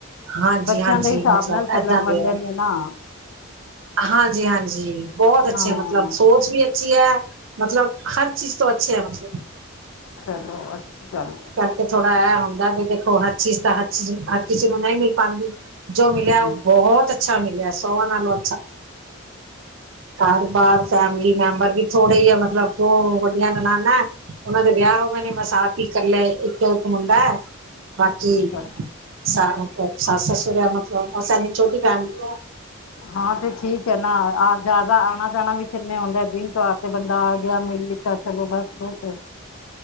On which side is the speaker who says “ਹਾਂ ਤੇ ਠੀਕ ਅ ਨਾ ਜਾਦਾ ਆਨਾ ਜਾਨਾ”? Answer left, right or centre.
Left